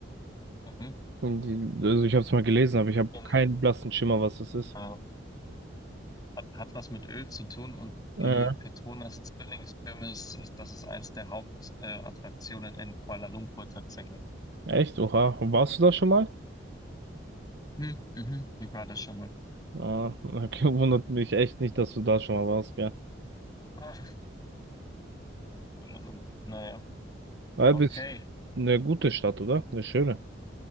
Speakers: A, on the left; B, on the right.
A: Mhm.
B: Hm, Die- Also ich habe es mal gelesen, aber ich habe
A: In,
B: keinen blassen Schimmer, was das ist.
A: äh, hat, hat was mit Öl zu tun und
B: Äh,
A: die Petronas Zwillingstürme, ist, ist- das ist eins der Hauptattraktionen äh, Attraktionen in Kuala Lumpur tatsächlich.
B: echt? Oha. Warst du da schon mal?
A: Hm, mhm, ich war da schon mal.
B: Ah, okay, <laughs> wundert mich echt nicht, dass du da schon mal warst, gell?
A: Ah, Kuala Lumpur. Naja,
B: Weil
A: okay.
B: bist eine gute Stadt, oder? Eine schöne.